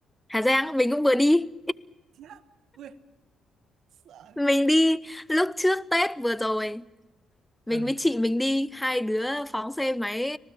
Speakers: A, in the centre; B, on the right.
A: Hà Giang, mình cũng vừa đi.
B: Chết á. ui sợ
A: Mình đi lúc trước Tết vừa rồi.
B: ờ
A: Mình với chị mình đi, hai đứa phóng xe máy